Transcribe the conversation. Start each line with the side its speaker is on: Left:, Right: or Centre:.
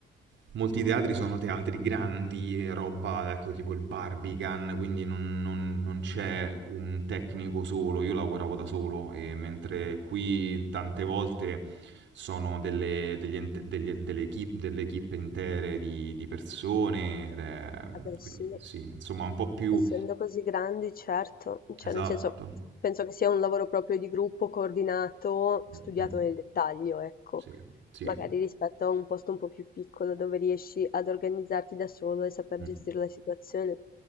Right: molti teatri sono teatri grandi, e roba, ecco, tipo il Barbican, quindi non, non- non c'è un tecnico solo, io lavoravo da solo, e mentre qui tante volte sono delle, degli ent- degli- delle equip- delle equipe intere di, di persone, ed è-
Left: Vabbè,
Right: quindi
Left: sì.
Right: sì, insomma, un po' più...
Left: Essendo così grandi, certo, cioè
Right: Esatto.
Left: nel senso, penso che sia un lavoro proprio di gruppo, coordinato, studiato
Right: Mm, mm.
Left: nel dettaglio, ecco.
Right: Sì, sì.
Left: Magari rispetto a un posto un po' più piccolo dove riesci ad organizzarti da solo e saper
Right: Mm.
Left: gestire la situazione.